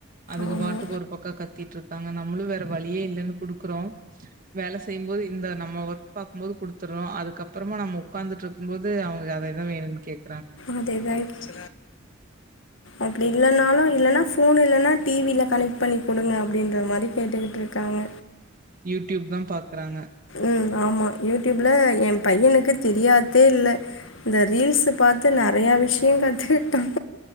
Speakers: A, on the right; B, on the left.
A: அதுக
B: ஆமா
A: பாட்டுக்கு ஒரு பக்கோ கத்திட்டு இருக்காங்க. நம்மளூ வேற வழியே இல்லென்னு குடுக்குறோ. வேல செய்யும்போது இந்த நம்ம ஒர்க் பாக்கும்போது குடுத்துற்றோ. அதுக்கப்புறமா நம்ம ஒக்காந்திட்ருக்கும் பேது அவங்க அதேதா வேணூன் கேட்
B: அதேதாயிர்ச் அப்டி இல்லனாலூ இல்லன்னா ஃபோனு இல்லனா டிவில கனக்ட் பண்ணி குடுங்க அப்பிடின்ற மாரி கேட்டுக்கிட்டு இருக்காங்க.
A: யூ டியூப் தா பாக்குறாங்க
B: ம் ஆமா யூ டியூப்ல ஏ பையனுக்கு தெரியாத்தே இல்ல. இந்த ரீல்ஸு பாத்து நறயா விஷயோ கத்துக்கிட்டாங்